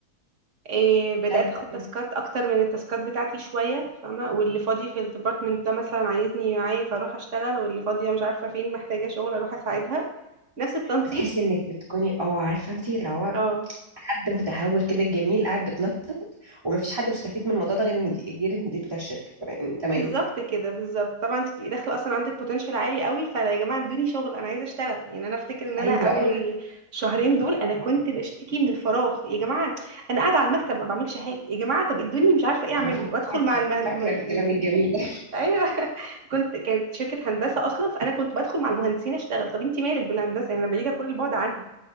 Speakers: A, on the right; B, on the right.
A: إيه بدات
B: ايوه
A: اخد
B: أيوة.
A: تاسكات اكتر من التاسكات بتاعتي شويه فاهمه واللي فاضي في الديبارتمنت ده مثلا عايزني معايا فاروح اشتغل واللي فاضيه مش عارفه فين محتاجه شغل اروح اساعدها نفس التنطيط
B: بتحسي انك بتكوني اه عارفه انت اللي هو
A: اه
B: حد متهور كده جميل قاعد بتنطط ومفيش حد مستفيد من الموضوع ده غير المدير غير المدير بتاع الشركه ف- تمام
A: بالظبط كده بالظبط طبعا انت تبقي داخله اصلا عندك بوتنشال عالي قوي فيا جماعه ادوني شغل انا عايزه اشتغل يعني انا افتكر ان انا
B: ايوه
A: اول
B: ايوه
A: شهرين دول انا كنت بشتكي من الفراغ يا جماعه انا قاعده على المكتب ما بعملش حاجه يا جماعه طب ادوني مش عارفه ايه اعمله
B: انا فاك-
A: وادخل
B: فاكره
A: مع المهن...
B: فاكره
A: م- يعني
B: الكلام الجميل ده
A: ايوه <laughs> كنت كانت شركه هندسه اصلا فانا كنت بدخل مع المهندسين اشتغل طب انت مالك بالهندسه يعني انا بعيده كل البعد عنها